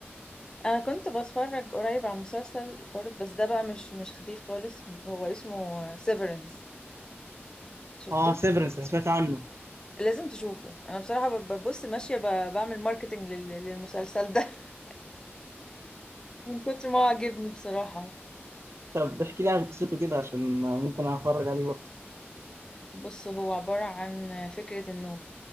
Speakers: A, on the left (about 20°); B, on the right (about 80°).
A: انا كنت بتفرج قريب على مسلسل برضه بس ده بقى مش مش خفيف خالص هو اسمه سيفرنس شفته
B: آه سيفرنس أنا سمعت عنه
A: لازم تشوفه انا بصراحة ب- ببص ماشية ب- بعمل ماركتنج لل- للمسلسل ده <laughs> من كتر ما هو عجبني بصراحة
B: طب احكي لي عن قصته كده عشان ممكن أتفرج عليه برضه
A: بص هو عبارة عن فكرة انه